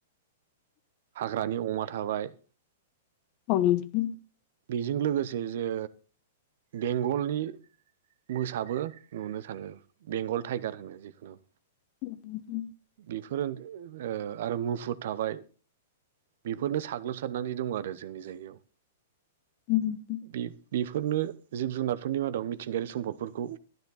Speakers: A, on the right; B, on the left.
A: हाग्रानि अमा थाबाय।
B: औ नोंथां।
A: बेजों लोगोसे जे बेंगलनि मोसाबो नुनो थाङो बेंगल टाइगार होनो जिखुनु।
B: <unintelligible>
A: बेफोर ओ आरो मुफुर थाबाय। बेफोरनो साग्लोबसारनानै दङ आरो जोंनि जायगायाव।
B: औ नोंथां।
A: बे बेफोरनो जिब जुनारफोरनि मादाव मिथिंगायारि सम्पदफोरखौ